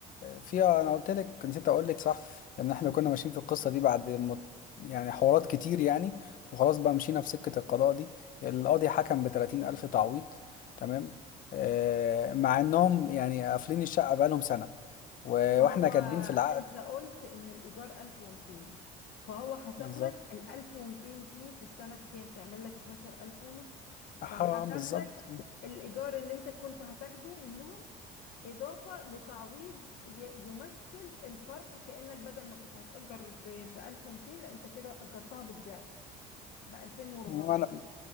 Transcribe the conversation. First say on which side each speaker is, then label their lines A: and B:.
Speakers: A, on the left (about 45°); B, on the left (about 70°).
A: فيها انا قلت لك نسيت اقول لك صح ان احنا كنا ماشيين في القصه دي بعد مت... يعني حوارات كتير يعني وخلاص بقى مشينا في سكه القضاء دي القاضي حكم ب 30 الف تعويض تمام آه مع انهم يعني قافلين الشقه بقالهم سنه و...
B: ما
A: واحنا
B: هو
A: كاتبين في العقد
B: انت قلت ان الايجار 1200 فهو حسب
A: بالظبط
B: لك ال 1200 دي في السنه بكام تعمل لك 12000 ونص
A: حرام
B: فحسب
A: بالظبط
B: لك الايجار اللي انت كنت هتاخده منهم اضافه لتعويض ي- يمثل الفرق كانك بدل ما كنت هتاجر ب 1200 لا انت كده اجرتها بالضعف ب 2400
A: وانا